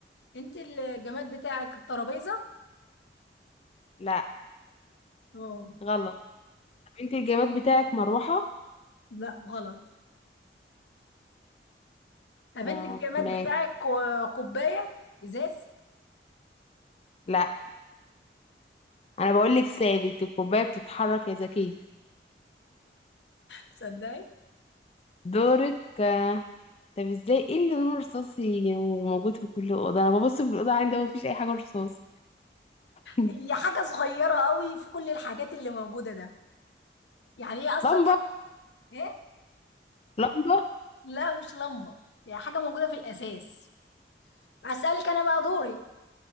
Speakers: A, on the left; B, on the left.
A: انت الجماد بتاعك الترابيزه
B: لا
A: اه
B: غلط طب انت الجماد بتاعك مروحة
A: لا غلط طب
B: طب
A: انت الجماد
B: ماشي
A: بتاعك ك- كوبايه ازاز
B: لا انا بقول لك ثابت الكوباية بتتحرك يا ذكية
A: صدقي
B: دورك آه. طب ازاي ايه اللي لونه رصاصي وموجود في كل اوضه انا ببص في الاوضه عندي هو مفيش اي حاجه رصاص <laughs>
A: هي حاجه صغيره قوي في كل الحاجات اللي موجوده ده يعني هي اصلا
B: لمبه
A: حاجه ايه
B: لمبه
A: لا مش لمبه هي حاجه موجوده في الاساس اسالك انا بقى دوري